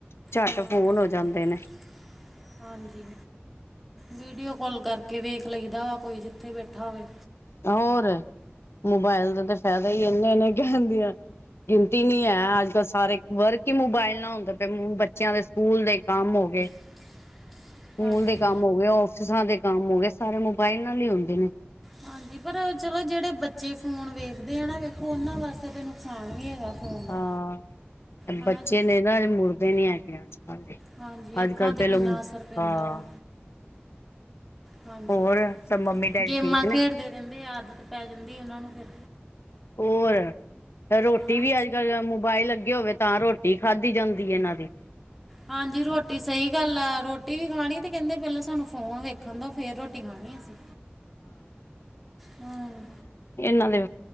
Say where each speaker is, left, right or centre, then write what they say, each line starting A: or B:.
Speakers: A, on the left; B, in the centre.
A: ਝੱਟ
B: ਹਾਂ
A: ਫੋਨ ਹੋ ਜਾਂਦੇ ਨੇ।
B: <unintelligible> ਹਾਂਜੀ, ਵੀਡੀਓ ਕੋਲ ਕਰਕੇ ਵੇਖ ਲਈਦਾ ਵਾਂ ਕੋਈ ਜਿੱਥੇ ਬੈਠਾ ਹੋਵੇ।
A: ਹੋਰ, ਮੋਬਾਇਲ ਦੇ ਤੇ ਫੈਦੇ ਈ ਏਨੇ ਨੇ ਕੈਨਦੀ ਗਿਣਤੀ ਨੀ ਹੈ ਅੱਜ-ਕੱਲ ਸਾਰੇ ਵਰਕ ਈ ਮੋਬਾਇਲ ਨਾ ਹੁੰਦੇ ਪਏ ਬੱਚੇਆਂ ਦੇ ਸਕੂਲ ਦੇ ਕੰਮ ਹੋ ਗਏ।
B: <inaudible> ਹਾਂਜੀ
A: ਸਕੂਲ ਦੇ ਕੰਮ ਹੋ ਗਏ ਓਫੀਸਾਂ ਦੇ ਕੰਮ ਹੋ ਗਏ ਸਾਰੇ ਮੋਬਾਇਲ ਨਾਲ ਈ ਹੁੰਦੇ ਨੇ।
B: ਹਾਂਜੀ, ਪਰ ਚਲੋ ਜੇੜੇ ਬੱਚੇ ਫੋਨ ਵੇਖਦੇ ਆ ਨਾ ਵੇਖੋ ਓਨਾਂ ਵਾਸਤੇ ਤਾਂ ਨੁਕਸਾਨ ਵੀ ਹੈਗਾ। ਫੋਨ ਦਾ
A: ਹਾਂ,
B: ਹਨਾ
A: ਬੱਚੇ
B: ਜੀ
A: ਨੇ ਨਾ ਮੁੜਦੇ ਨੀ ਹੈਗੇ ਅੱਜ-ਕੱਲ ਦੇ।
B: ਹਾਂਜੀ ਅੱਖਾਂ
A: ਅੱਜ ਕੱਲ
B: ਤੇ
A: ਪਹਿਲੋਂ
B: ਕਿੰਨਾ ਅਸਰ ਪੈਂਦਾ
A: ਹਾਂ
B: ਵਾ। ਹਾਂਜੀ,
A: ਹੋਰ ਸਭ ਮੰਮੀ ਡੈਡੀ
B: ਗੇਮਾਂ
A: ਠੀਕ
B: ਖੇਡਦੇ
A: ਨੇ
B: ਰੇਂਦੇ, ਆਦਤ ਪੈ ਜਾਂਦੀ ਓਨਾ ਨੂੰ ਫੇਰ।
A: ਹੋਰ, ਰੋਟੀ
B: ਹਨਾ
A: ਵੀ ਅੱਜ-ਕੱਲ ਮੋਬਾਇਲ ਅਗੇ ਹੋਵੇ। ਤਾਂ ਰੋਟੀ ਖਾਦੀ ਜਾਂਦੀ ਏ ਏਨਾਂ ਦੀ।
B: ਹਾਂਜੀ, ਰੋਟੀ ਸਈਂ ਗੱਲ ਐ ਰੋ- ਵੀ ਖਾਣੀ ਤੇ ਕੈਂਦੇ ਪੈਲਾਂ ਸਾਨੂੰ ਫੋਨ ਵੇਖਣ ਦਿਉ, ਫੇਰ ਰੋਟੀ ਖਾਣੀ ਅਸੀ। ਹੂੰ।
A: ਏਨਾਂ ਦੇ